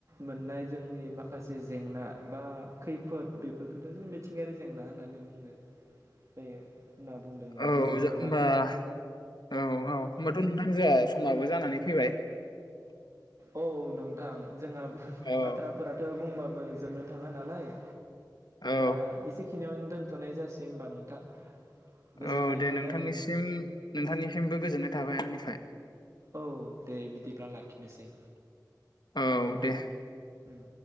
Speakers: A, on the right; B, on the left.
A: मोननाय जोंनि माखासे जेंना बा खैफोद बेफोरखौनो जों मिथिंगायारि जेंना होननानै बुङो जायो होनना बुंदों
B: औ
A: जे नोंथाङा
B: जा होमबा औ औ होनबाथ' नोंथां जाहा समाबो जानानै फैबाय
A: औ नोंथां जोंहा
B: औ
A: बाथ्राफोराथ' बुंबा जोबनो थाङा नालाय
B: औ
A: दा एसेखिनियाव दोन्थ'नाय जासै होमबा नोंथां। गोजोननाय
B: औ दे
A: थाबाय
B: नोंथांनिसिम
A: आरो
B: नोंथांनिसिमबो गोजोननाय थाबाय आंनिफाय
A: औ दे बिदिब्ला लाखिनोसै
B: औ दे
A: उम